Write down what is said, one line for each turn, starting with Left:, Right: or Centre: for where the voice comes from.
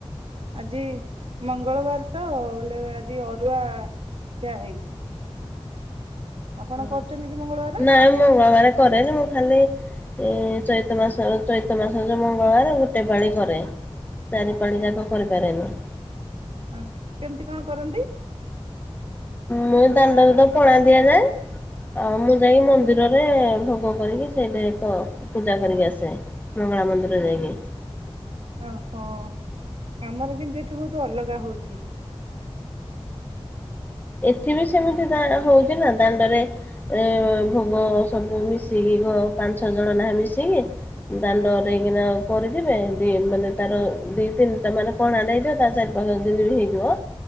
Right: ଆଜି ମଙ୍ଗଳବାର ତ ବୋଲେ ଆଜି ଅରୁଆ ଖିଆ ହେଇଛି। ଆପଣ
Left: ହ
Right: କରୁଛନ୍ତି କି ମଙ୍ଗଳବାର?
Left: ନାଇଁ ମଙ୍ଗଳବାର କରେ ଯେ ମୁଁ ଖାଲି ଏ ଚୈତ ମାସ ଚୈତ ମାସ ଯୋଉ ମଙ୍ଗଳବାର ଗୋଟେ ପାଳି କରେ। ଚାରି ପାଳି ଯାକ କରିପାରେନି।
Right: ହଁ କି କେମତି କଣ କରନ୍ତି?
Left: ମୁଁ ଏଇ ଦାଣ୍ଡରେ ତ ପଣା ଦିଆଯାଏ। ଆଉ ମୁଁ ଯାଇକି ମନ୍ଦିରରେ ଭୋଗ କରିକି ସେଇଠି ତ ପୂଜା କରିକି ଆସେ ମଙ୍ଗଳା ମନ୍ଦିର ଯାଇକି।
Right: ଓହୋ ଆମର କିନ୍ତୁ ଏଠି ବହୁତ ଅଲଗା ହଉଛି।
Left: ଏଠି ବି ସେମିତି ଦା ହଉଛି ନା ଦାଣ୍ଡରେ। ଏ ଭୋଗ ସବୁ ମିଶିକି ଘ ପାଞ୍ଚ ଛଅ ଜଣ ନହା ମିଶିକି ଦାଣ୍ଡରେଇକିନା କରିଦିବେ ଦି ମାନେ ତାର ଦି ତିନିଟା ମାନେ କଣା ନେଇଯିବ ତା ଚାରି ପାଞ୍ଚ ଦିନ ବି ହେଇଯିବ